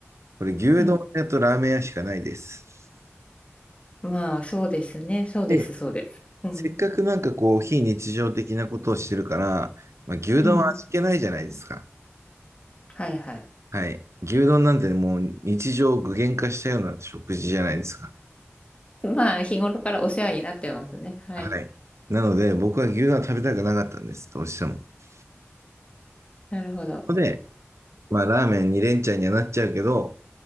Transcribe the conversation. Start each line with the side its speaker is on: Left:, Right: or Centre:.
Right: これ、牛丼屋とラーメン屋しかないです。
Left: うん。まあ、そうですね。そうです、
Right: で、
Left: そうです。うん。
Right: せっかくなんかこう、非日常的なことをしてるから、まあ、牛丼は味気ないじゃないですか。
Left: うん。はいはい。
Right: はい。牛丼なんてもう日常を具現化したような食事じゃないですか。
Left: まあ、日頃からお世話になってますね。はい。
Right: はい。なので、僕は牛丼は食べたくなかったんです、どうしても。そ
Left: なるほど。
Right: こで、まあ、ラーメン2連チャンにはなっちゃうけど、